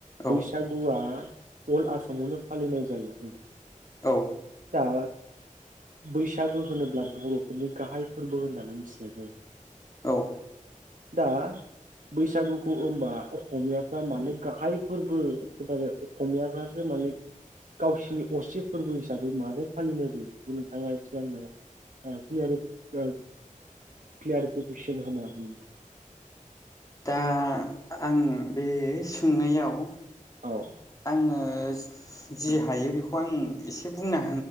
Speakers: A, on the left; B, on the right.
A: औ
B: बैसागुआ अल आसामावनो फालिनाय जायो।
A: औ
B: दा बैसागो होनोब्ला बर'फोरनि गाहाय फोरबो होननानै मिथिनाय जायो।
A: औ।
B: दा बैसागुखौ होमबा अक'मियाफ्रा मानो गाहाय फोरबो एखेबारे अक'मियाफ्रासो माने गावसिनि असे फोरबो हिसाबै मानो फालिनाय जायो बेखौ नोंथाङा एसे आंनो ओ क्लियारि <unintelligible> क्लियारिफिकेसन होनो हागोन नामा?
A: <inaudible> दा आं बे सोंनायाव
B: औ
A: आङो ओ जि हायो बेखौ आं एसे बुंनो